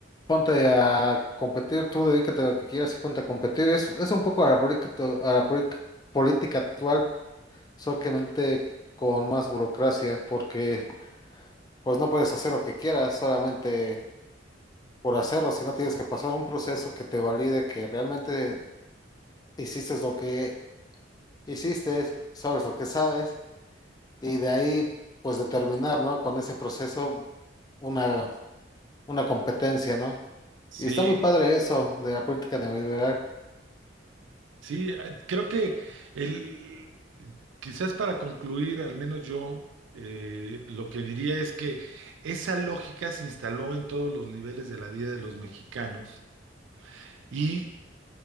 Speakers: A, on the left; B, on the right.
A: ponte a competir, tú dedícate a lo que quieras y ponte a competir. Es, es un poco a la, política, a la polic- política actual, solamente con más burocracia, porque pues no puedes hacer lo que quieras solamente por hacerlo, sino tienes que pasar un proceso que te valide que realmente hiciste lo que hiciste, sabes lo que sabes, y de ahí pues determinar, ¿no? Con ese proceso una, una competencia, ¿no?
B: Sí,
A: Y está muy padre eso de la política neoliberal.
B: sí, eh, creo que el, quizás para concluir, al menos yo, eh, lo que diría es que esa lógica se instaló en todos los niveles de la vida de los mexicanos y